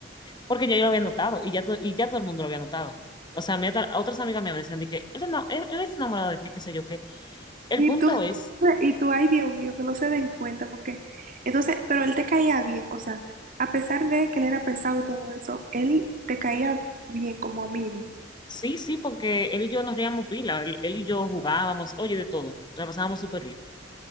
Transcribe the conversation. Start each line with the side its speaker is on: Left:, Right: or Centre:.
Left: porque ya yo lo había notado y ya, to- y ya todo el mundo lo había notado. O sea, mi otra- otras amigas mías me decían de que él, no, él, él está enamorado de ti, qué sé yo qué. El
Right: Y
Left: punto
Right: tú,
Left: es,
Right: y tú, ay Dios mío, que no se den cuenta, porque entonces, pero él te caía bien, o sea, a pesar de que él era pesado y todo eso, él te caía bien como amigo.
Left: sí, sí, porque él y yo nos reíamos pila, él, él y yo jugábamos, oye, de todo, la pasábamos súper bien.